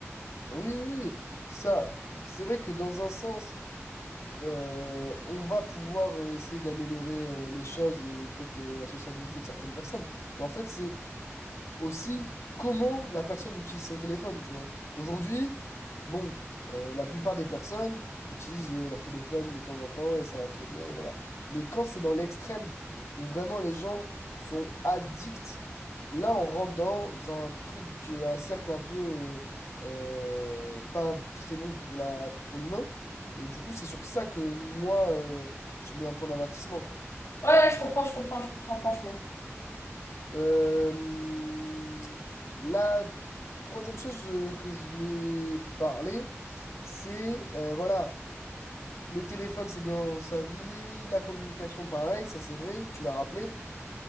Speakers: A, on the left; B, on the left.
A: Oui, oui, oui. Ça, c'est vrai que dans un sens, euh, on va pouvoir euh, essayer d'améliorer euh, les choses et peut-être euh, la sociabilité de certaines personnes. Mais en fait, c'est aussi comment la personne utilise son téléphone, tu vois. Aujourd'hui, bon, euh, la plupart des personnes utilisent euh, leur téléphone de temps en temps et ça va très bien et voilà. Mais quand c'est dans l'extrême, où vraiment les gens sont addicts, là on rentre dans un truc, euh, un cercle un peu euh, euh, pas très bon pour la, pour l'humain. Et du coup, c'est sur ça que moi, euh, je mets un point d'avertissement, quoi.
B: Ouais, ouais, je comprends, je comprends, je comprends, franchement.
A: Euh, la troisième chose euh, que je voulais parler, c'est euh, voilà, le téléphone, c'est bien sa vie, la communication, pareil, ça c'est vrai, tu l'as rappelé,